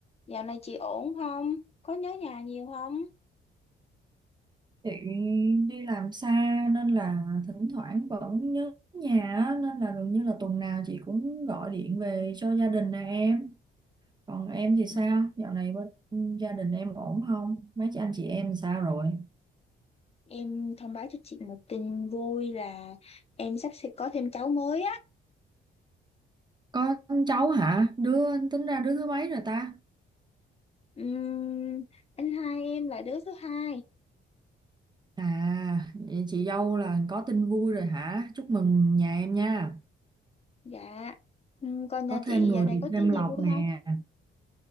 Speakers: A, on the left; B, on the right.
A: Dạo này chị ổn không? Có nhớ nhà nhiều không?
B: Chị đi làm xa nên là thỉnh thoảng vẫn nhớ nhà á, nên là gần như là tuần nào chị cũng gọi điện về cho gia đình nè em. Còn em thì sao?
A: Ừ.
B: Dạo này bên gia đình em ổn không? Mấy chị anh chị em sao rồi?
A: Em thông báo cho chị một tin vui là em sắp sẽ có thêm cháu mới á.
B: Có cháu hả? Đứa tính ra đứa thứ mấy rồi ta?
A: Ừm, anh hai em là đứa thứ hai.
B: À, vậy chị dâu là có tin vui rồi hả? Chúc mừng nhà em nha.
A: Dạ. Ừm, còn
B: Có
A: nhà chị
B: thêm người
A: dạo này
B: thì
A: có
B: thêm
A: tin
B: lộc
A: gì vui
B: nè.
A: không?